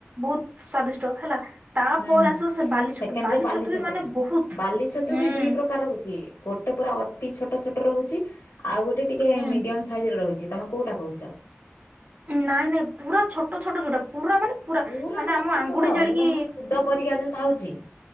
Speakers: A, on the right (about 35°); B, on the left (about 85°).
A: ବହୁତ୍ ସ୍ଵାଦିଷ୍ଟ ହେଲା। ତାପରେ
B: ହୁଁ
A: ଆସିବ ସେ ବାଲି
B: ସେକେଣ୍ଡରେ
A: ଛତୁ ବାଲି ଛତୁ
B: ଛତୁଟା
A: ରେ ମାନେ ବହୁତ୍
B: ବାଲି ଛତୁ
A: ହୁଁ
B: ବି ଦୁଇ ପ୍ରକାର ଗୋଟେ ପୁରା ଅତି ଛୋଟ ଛୋଟ ରହୁଛି। ଆଉ ଗୋଟେ ଟିକେ
A: ହୁଁ
B: ମିଡିମ୍ ସାଇଜରେ ରହିଛି, ତମେ କେଉଁଟା କହୁଛ?
A: ନାଇଁ ନାଇଁ ପୁରା ଛୋଟ ଛୋଟ ଯୋଉଟା, ପୁରା ମାନେ
B: ପୁରା
A: ମାନେ
B: ଅତି
A: ଆମ ଆଙ୍ଗୁଠି
B: ଛୋଟ,
A: ଜାଡିକି
B: ହେରା ମାନେ କୁଦ ପରିକା ଯୋଉ ତାଉଚି।